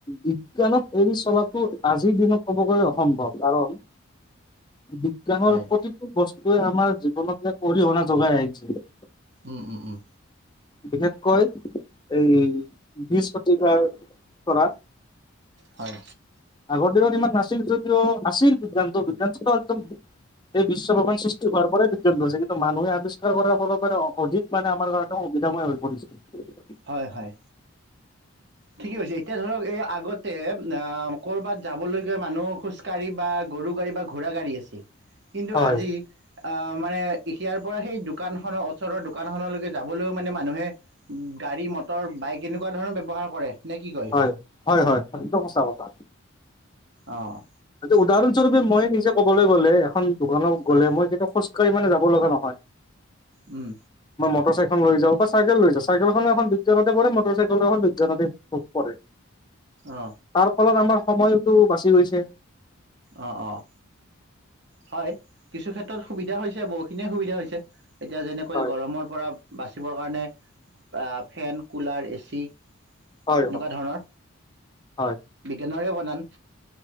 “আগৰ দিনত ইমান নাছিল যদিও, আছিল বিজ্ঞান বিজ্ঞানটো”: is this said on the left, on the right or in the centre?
Left